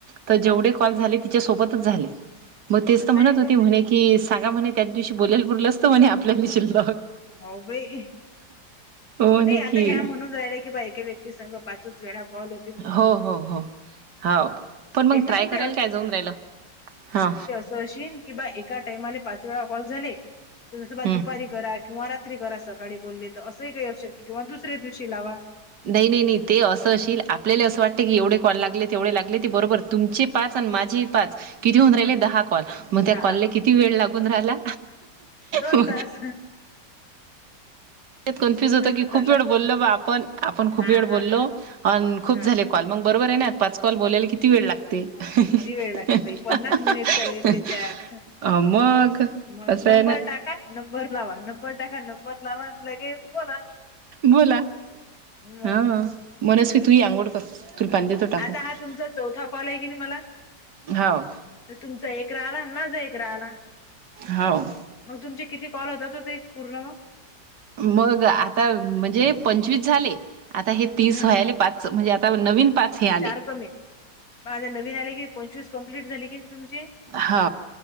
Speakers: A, on the right; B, on the left.
A: तर जेवढे
B: हा
A: कॉल झाले तिच्या सोबतच झाले मग तेच
B: असं
A: म्हणत
B: आहे काय
A: हो म्ह कि सांगा म्हणे त्याच दिवशी बोलायला बोलल असतं म्हणे आपल्याला शिरल
B: हो बाई
A: म्हणे
B: नाही आता
A: की
B: ह्या म्हणून राहिला की बा एकका व्यक्ती संग पाच वेळा कॉल होतील म
A: हो हो हो हो पण मग
B: एक
A: ट्राय
B: तर ते
A: केल काय जाऊन राहिलं हा
B: कि बा एका टाइमा पाच वेळा कॉल झाले
A: हम्म
B: दुपारी करा किंवा रात्री करा सकाळी बोलले तर असंही काही असऊ शकत किंवा दुसऱ्या दिवशी लावा
A: नाही नाही नाही ते असं असशल आपल्याला असं वाटत की एवढे कॉण लागले तेवढे लागले ते बरोबर तुमचे पाच आणि माझे पाच किती होऊन राहिले
B: हम्म
A: दहा कॉल मग त्या
B: दहा
A: कॉलला किती वेळ लागून राहिला
B: दोन
A: मग
B: तास
A: कन्फ्युज
B: दोन
A: होत
B: तास
A: की
B: तर
A: खूप
B: चाललाच
A: वेळ
B: की
A: बोललो
B: नाही
A: बा आपण आपण खूप
B: हा
A: वेळ
B: हा
A: बोललो खूप
B: हा
A: झाले कॉ मगरोबर आहे नात पाच कल बोला किती वेळ लागते
B: किती वेळ लागते
A: ते
B: ताई पन्नास मिनिट चालले त्याच्यात
A: अ मग असस
B: मग नंबर
A: आहे ना
B: टाका नंबर लावा नंबर टाका नंबर लावा म्ह लगे बोला
A: बोला
B: हो
A: हा मनस्वी तू ही आंघोळ कर तुला पाणी देतो टाकून
B: आता हा तुमचा चौथा कॉल आहे की नाही मला
A: हाव
B: तर तुमचा एक रा आला माझ एक रा आला
A: होा
B: मग तुमची किती कॉल होत ते पूर्णग
A: मग आता म्हणजे पंचवीस झाले आता हे तीस
B: हम्म
A: वयले
B: हम्म
A: पाच म्हणजे आता नवीन पाच हे आले
B: चार कमी आहेत. मग आता नवीन आले की पंचवीस कम्प्लीट झाले की तुमचे
A: हा